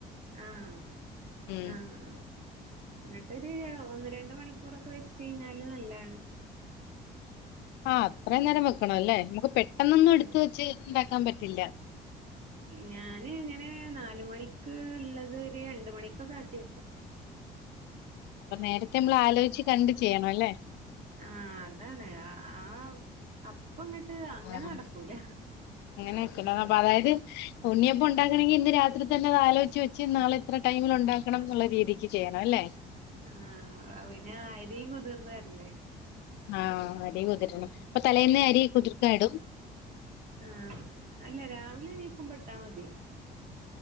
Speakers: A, on the right (about 45°); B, on the left (about 85°).
A: ആഹ്
B: ഉം
A: ആഹ് എന്നിട്ടൊരു ഒന്ന് രണ്ട് മണിക്കൂറൊക്കെ വെച്ച് കഴിഞ്ഞാല് നല്ലണ്
B: ആഹ് അത്രേം നേരം വെക്കണം അല്ലേ നമുക്ക് പെട്ടെന്നൊന്നും
A: ആ
B: എടുത്ത് വെച്ച് ഇണ്ടാക്കാൻ പറ്റില്ല
A: ഞാൻ ഇങ്ങനെ നാല് മണിക്ക് ഇള്ളത് ഒരു രണ്ട് മണിക്കൊക്കെ ആക്കി വെക്കും
B: അപ്പൊ നേരത്തെ നമ്മൾ ആലോചിച്ച് കണ്ട് ചെയ്യണം അല്ലേ
A: ആഹ് അതാണ് ആഹ് അപ്പ അങ്ങട്ട് അങ്ങനെ
B: ആഹ്
A: നടക്കൂല
B: അങ്ങനെ നടക്കൂല അതപൊ അതായത് ഉണ്ണിയപ്പം ഉണ്ടാക്കണെങ്കി ഇന്ന് രാത്രി തന്നെ അത് ആലോചിച്ച് വെച്ച് നാളെ ഇത്ര ടൈമിൽ ഒണ്ടാക്കണം എന്നുള്ള രീതിക്ക് ചെയ്യണം അല്ലേ
A: ആഹ് പിന്നെ അരിം കുതിർന്ന് വരണ്ടേ
B: ആഹ് അരി കുതിരണം അപ്പൊ തലേന്നെ അരി കുതിർക്കാൻ ഇടും
A: ആഹ് അല്ല രാവിലെ എണീക്കുമ്പോ ഇട്ടാ മതി